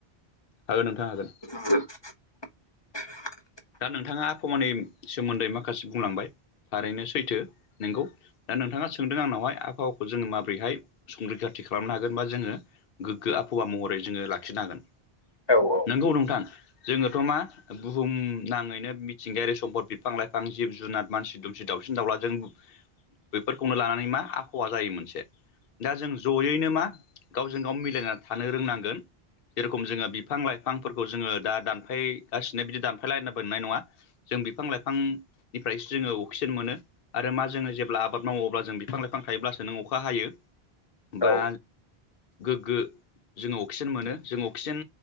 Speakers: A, on the left; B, on the left.
A: हागोन नोंथां हागोन।
B: <unintelligible>
A: दा नोंथाङा आबहावानि सोमोन्दै माखासे बुंलांबाय थारैनो सैथो नोंगौ। दा नोंथाङा सोंदों आंनावहाय आबहावाखौ जोङो माबोरैहाय संरैखाथि खालामनो हागोन बा जोङो गोग्गो आबहावा महरै जोङो लाखिनो हागोन।
B: औ औ।
A: नंगौ नोंथां जोंङोथ' मा बुहुम नांङैनो मिथिंगायारि सम्फद बिफां लाइफां जिब जुनार मानसि दुमसि दाउसिन दाउलाजों बेफोरखौनो लानानै मा आबहावा जायो मोनसे। दा जों जयैनो मा गावजों गाव मिलायनानै थानो रोंनांगोन। जेर'खम जोङो बिफां लाइफांफोरखौ जोंङो दा दानफायगासिनो बिदि दानफायलायनो मोननाय नङा। जों बिफां लाइफांनिफ्रायसो जोंङो अक्सिजेन मोनो। आरो मा जोंङो जेब्ला आबाद मावो अब्ला जों बिफां लाइफां थायोब्लासो नों अखा हायो। बा
B: औ
A: गोग्गो जोङो अक्सिजेन मोनो जों अक्सिजेन